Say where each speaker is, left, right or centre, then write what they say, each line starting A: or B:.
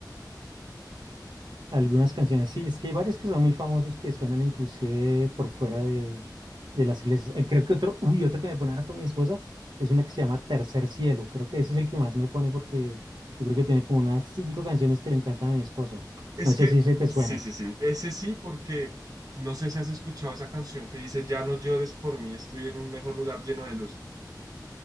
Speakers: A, on the right (about 85°); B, on the right (about 55°).
A: Algunas canciones, sí, es que hay varios que son muy famosos que suenan inclusive por fuera de, de las iglesias. Eh, creo que otro, uy, otro que me pone harto mi esposa es una que se llama Tercer Cielo. Creo que ese es el que más me pone porque yo creo que tiene como unas cinco canciones que le encantan a mi esposa.
B: Es
A: No sé
B: que,
A: si ese te suena.
B: sí, sí, sí, ese sí, porque no sé si has escuchado esa canción que dice, Ya no llores por mí, estoy en un mejor lugar lleno de luz.